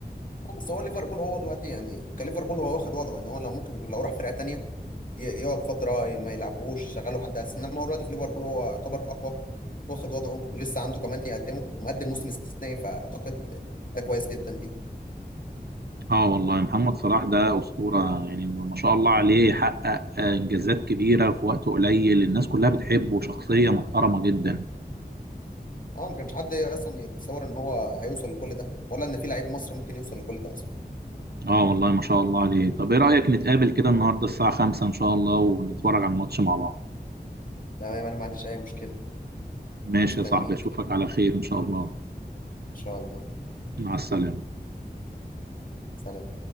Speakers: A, on the left; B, on the right.
A: بس هو ليفربول هو دلوقتي يعني كليفربول هو واخد وضعه يعني هو لو ممكن لو راح فرقه تانيه ي- يقعد فتره ما يلعبوش شغاله حد اساسي انما هو دلوقتي في ليفربول هو يعتبر الاقوى واخد وضعه ولسه عنده كمان يقدمه ومقدم موسم استثنائي فاعتقد ده كويس جدا ليه
B: اه والله محمد صلاح ده اسطوره يعني ما شاء الله عليه حقق آه، انجازات كبيره في وقت قليل الناس كلها بتحبه شخصيه محترمه جدا
A: اه ما كانش حد اصلا يتصور ان هو هيوصل لكل ده ولا ان في لعيب مصري ممكن يوصل لكل ده اصلا
B: اه والله ما شاء الله عليه طب ايه رايك نتقابل كده النهارده الساعه 5 ان شاء الله ونتفرج على الماتش مع بعض
A: تمام انا ما عنديش اي مشكله
B: ماشي
A: استنيك
B: يا صاحبي اشوفك على خير ان شاء الله
A: ان شاء الله
B: مع السلامه
A: سلام